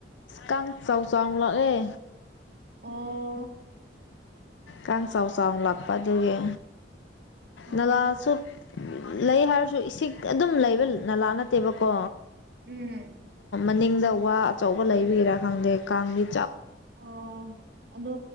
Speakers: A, on the left; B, on the right.
A: ꯀꯥꯡ ꯆꯥꯎ ꯆꯥꯎꯅ ꯂꯛꯑꯦ
B: ꯑꯣ
A: ꯀꯥꯡ ꯁꯥꯎ ꯁꯥꯎꯅ ꯂꯥꯛꯄꯗꯨꯒꯤ
B: ꯑꯣ
A: ꯅꯂꯁꯨꯣ ꯂꯩ ꯍꯥꯏꯔꯁꯨ ꯏꯁꯤꯡꯛ ꯑꯗꯨꯝ ꯂꯩꯕ ꯅꯂꯥ ꯅꯠꯇꯦꯕꯀꯣ
B: ꯎꯝ
A: ꯅꯤꯡꯗ ꯋꯥ ꯑꯆꯧꯕ ꯂꯩꯕꯤꯔꯥ ꯈꯪꯗꯦ ꯀꯥꯡꯒꯤ
B: ꯑꯣ ꯑꯗꯨ